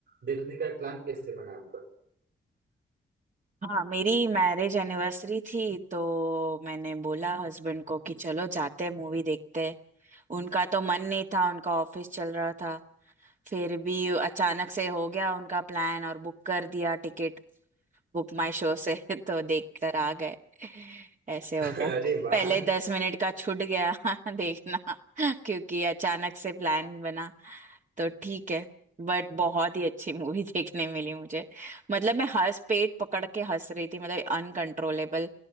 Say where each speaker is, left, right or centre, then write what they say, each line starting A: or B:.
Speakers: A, on the right (about 70°); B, on the right (about 40°).
A: देखने का प्लान कैसे बना आपका
B: हाँ मेरी मैरिज एनिवर्सरी थी तो मैंने बोला हस्बैंड को कि चलो जाते हैं मूवी देखते हैं उनका तो मन नहीं था उनका ऑफिस चल रहा था फिर भी अचानक से हो गया उनका प्लान और बुक कर दिया टिकट बुक माई शो से <laughs> तो देख कर आ गए ऐसे
A: <laughs>
B: हो गया <laughs>
A: अरे वाह
B: पहले दस मिनट का छूट गया <laughs> देखना क्योंकि अचानक से प्लान बना तो ठीक है बट बहुत ही अच्छी मूवी <laughs> देखने मिली मुझे मतलब मैं हंस पेट पकड़ के हंस रही थी मतलब अनकंट्रोलेबल